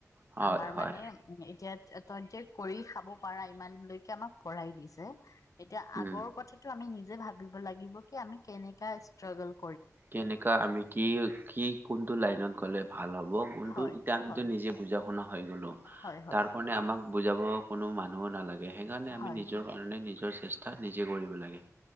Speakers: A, on the right (about 35°); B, on the left (about 70°).
A: হয়
B: আমাৰ
A: হয়
B: মানে উ এতিয়া। তইটে কৰি খাব পাৰা ইমানলৈকে আমাক কৰাই দিছে। এতিয়া
A: উম
B: আগৰ কথাটো আমি নিজ। নিজে ভাব লাগিব কি আমি কেনেকে ষ্টোৰগালক।
A: কেনেকা আমি কি কি। কোনটো লাইনত গ'লে। ভাল হ'ব কোনটো
B: হয়
A: এতিয়া আমিতো
B: হয়
A: নিজে বুজা শুনা হৈ গ'লো
B: হয় হয়
A: তাৰ কাৰণে আমাক। বুজাব কোনো মানুহো নালাগে। সেইকাৰণে
B: হয়
A: আমি নিজৰ কাৰণে নিজ। নিজৰ চেষ্টা নিজে কৰিব লাগে।